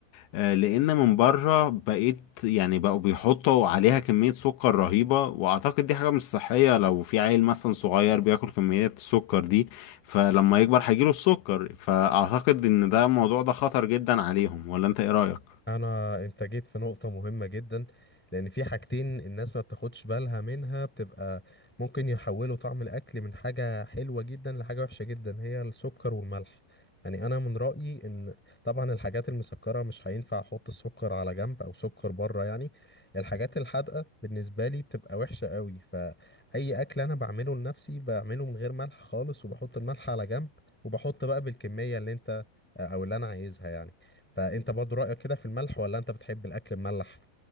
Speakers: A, on the left; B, in the centre.
A: آه، لان من بره بقيت يعني بقوا بيحطوا عليها كمية سكر رهيبة واعتقد دي حاجة مش صحية لو في عيل مثلا صغير بياكل كميات السكر دي فلما يكبر هيجيله السكر فاعتقد ان ده الموضوع ده خطر جدا عليهم ولا انت ايه رأيك؟
B: انا انت جيت في نقطة مهمة جدا لان في حاجتين الناس ما بتاخدش بالها منها بتبقى ممكن يحولوا طعم الاكل من حاجة حلوة جدا لحاجة وحشة جدا هي السكر والملح يعني انا من رأيي ان طبعا الحاجات المسكرة مش هينفع احط السكر على جنب او سكر بره يعني الحاجات الحادقة بالنسبة لي بتبقى وحشة قوي فاي اكل انا بعمله لنفسي بعمله من غير ملح خالص وبحط الملح على جنب وبحط بقى بالكمية اللي انت او اللي انا عايزها يعني فانت برضو رأيك كده في الملح ولا انت بتحب الاكل مملح